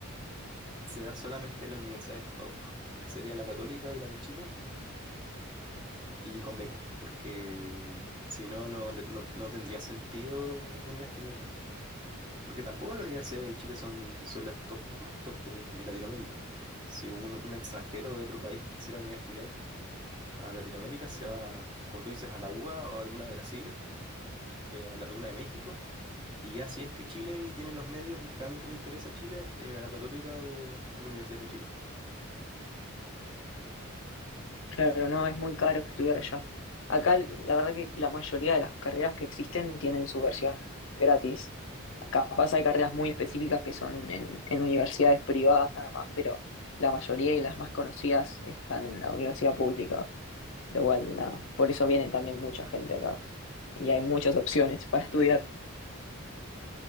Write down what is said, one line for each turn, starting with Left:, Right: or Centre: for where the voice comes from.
Right: se da solamente en las universidades top, que sería la Católica y la de Chile, y con becas, porque si no, no, no, no tendría sentido venir a estudiar acá. Porque tampoco las universidades en Chile son, son las top, más top de, de Latinoamérica. Si un, un extranjero de otro país quisiera venir a estudiar a Latinoamérica, se va, como tú dices, a la UBA o a alguna de Brasil, eh, a la- alguna de México. Y ya si es que Chile y tiene los medios y realmente le interesa Chile, eh, a la Católica o, o la Universidad de Chile.
Left: Claro, no, es muy caro estudiar allá. Acá,
Right: Mm.
Left: la verdad que la mayoría de las carreras que existen tienen su versión gratis. Capaz hay carreras muy específicas que son en, en universidades privadas nada más, pero la mayoría y las más conocidas están en la universidad pública. Pero igual, nada, por eso viene también mucha gente acá y hay muchas opciones <laughs> para estudiar.